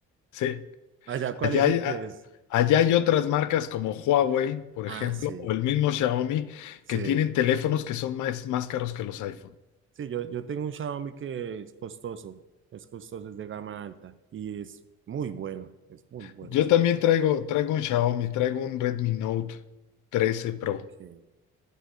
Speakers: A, on the left (about 75°); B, on the right (about 40°).
A: Sí,
B: Allá, ¿cuál
A: allá
B: es
A: hay,
B: el
A: a-
B: que es?
A: allá hay otras marcas como Huawei, por
B: Ah,
A: ejemplo,
B: sí,
A: o el mismo Xiaomi,
B: sí.
A: que tienen teléfonos que son más, más caros que los iPhone.
B: Sí, yo, yo tengo un Xiaomi que es costoso, es costoso, es de gama alta y es muy bueno, es muy bueno
A: Yo
B: ese
A: también
B: teléfono.
A: traigo, traigo un Xiaomi, traigo un Redmi Note trece Pro,
B: que-